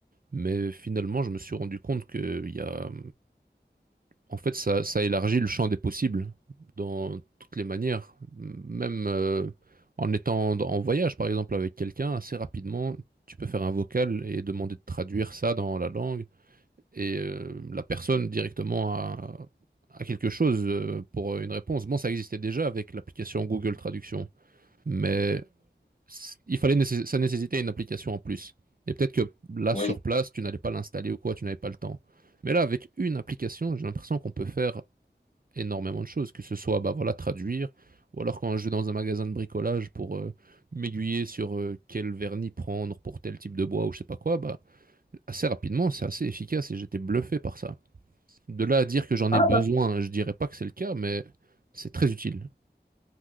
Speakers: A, on the right; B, on the left.
A: Mais finalement, je me suis rendu compte qu'il y a En fait, ça, ça élargit le champ des possibles dans toutes les manières. Même euh, en étant en voyage, par exemple, avec quelqu'un, assez rapidement, tu peux faire un vocal et demander de traduire ça dans la langue. Et euh, la personne directement a, a quelque chose euh, pour une réponse. Bon, ça existait déjà avec l'application Google Traduction, mais c- il fallait nécess- ça nécessitait une application en plus. Et peut-être que là,
B: Ouais.
A: sur place, tu n'allais pas l'installer ou quoi, tu n'avais pas le temps. Mais là, avec une application, j'ai l'impression qu'on peut faire énormément de choses, que ce soit bah, voilà, traduire, ou alors quand je vais dans un magasin de bricolage pour euh, m'aiguiller sur euh, quel vernis prendre pour tel type de bois ou je sais pas quoi, bah, assez rapidement, c'est assez efficace et j'étais bluffé par ça. De là à dire que j'en
B: Ah,
A: ai besoin,
B: bah,
A: je dirais pas que c'est le cas, mais c'est très utile.